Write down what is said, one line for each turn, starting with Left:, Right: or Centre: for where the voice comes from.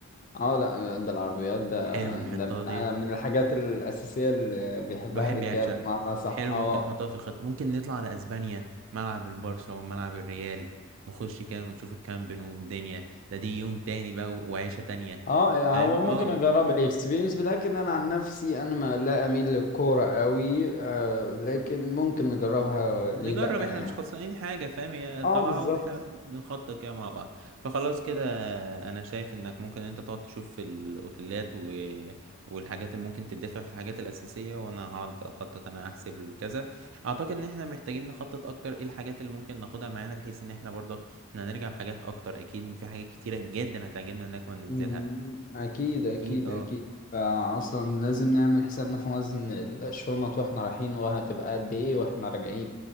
Left: اه لا آه، ده العربيات ده
Right: حلو نحطها
Left: ده من,
Right: ديت
Left: آه، من الحاجات الأساسية اللي بيحبها
Right: الواحد
Left: الرجالة
Right: بيعشقها
Left: بمعنى صح
Right: حلو
Left: اه
Right: ممكن نحطها في الخطة ممكن نطلع على أسبانيا ملعب البرشا وملعب الريال نخش كده ونشوف الكامب نو والدنيا ده دي يوم تاني بقى وعيشة تانية
Left: اه آه،
Right: فاهم
Left: هو ممكن
Right: اه
Left: اجرب الاكسبيرينس لكن انا عن نفسي انا ما لا اميل للكورة قوي آه لكن ممكن نجربها
Right: نجرب
Left: ليه لا يعني
Right: احنا مش خسرانين حاجة فاهم هي
Left: اه
Right: طالعة
Left: بالظبط
Right: واحنا بنخطط كده مع بعض فخلاص كده انا شايف انك ممكن انت تقعد تشوف في الاوتيلات و... والحاجات اللي ممكن تدفع في الحاجات الاساسية وانا هقعد اخطط انا احسب الكذا اعتقد ان احنا محتاجين نخطط اكتر ايه الحاجات اللي ممكن ناخدها معانا بحيث ان احنا برضك احنا هنرجع بحاجات اكتر اكيد في حاجات كتيرة جدا هتعجبنا هناك وهننزلها
Left: مم، اكيد
Right: اكيد
Left: اكيد
Right: اه
Left: اكيد فاصلا لازم نعمل حسابنا في وزن الشنط واحنا رايحين وهتبقى قد ايه واحنا راجعين